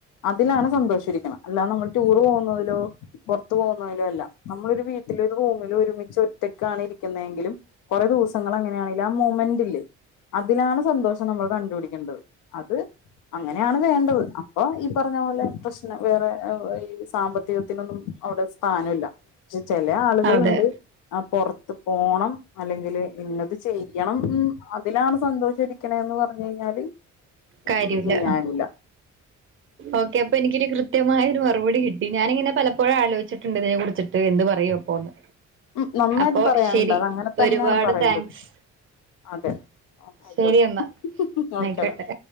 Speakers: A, on the left (about 85°); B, on the right (about 40°).
A: അതിലാണ് സന്തോഷരിക്കുന്നത് അല്ലാതെ നമ്മൾ ടൂറ് പോകുന്നതിലോ പുറത്തു പോകുന്നതിലും അല്ല നമ്മളൊരു വീട്ടില് ഒരു റൂമില് ഒരുമിച്ച് ഒറ്റക്ക് കാണിരിക്കുന്നതെങ്കിലും കുറെ ദിവസങ്ങൾ അങ്ങനെയാണെക്കിലും ആ മൊമെന്റില്ലേ അതിലാണ് സന്തോഷം നമ്മൾ കണ്ടുപിടിക്കേണ്ടത് അത് അങ്ങനെയാണ് വേണ്ടത് അപ്പൊ ഈ പറഞ്ഞ പോലെ പ്രശ്നം വേറെ ഈ സാമ്പത്തിക ത്തിനൊന്നും അവിടെ സ്ഥാനല്ല ചില ആളുകളൾ
B: അതെ
A: ഉണ്ട് ആ പുറത്ത് പോണം അല്ലെങ്കിൽ ഇഞത് ചെയ്യണം അതിലാണ് സന്തോഷം ഇരിക്കണ് എന്ന് പറഞ്ഞു കഴിഞ്ഞാൽ പിന്നൊന്നും
B: കാര്യല്ല
A: ചെയ്യാനില്ല
B: ഓക്കെ അപ്പൊ എനിക്കൊരു കൃത്യമായ ഒരു മറുപടി കിട്ടി ഞാനങ്ങിനെ പലപ്പോഴും പപ്പോഴും ആലോചിച്ചിട്ടുണ്ട് ഇതിനെ കുറിച്ചിട്ട് എന്ത് പറയും അപ്പോന്ന്
A: ഉം നന്നായിട്ട്
B: അപ്പൊ
A: പറയാനുണ്ട്
B: ശരി
A: അത് അങ്ങനെ തന്നെയാണ്
B: ഒരുപാട്
A: പറയേണ്ടത്
B: താങ്ക്സ്
A: അതെ ആയിക്കോട്ടെ
B: ശരി എന്നാ
A: ഓക്കേടാ
B: ആയികോട്ടെ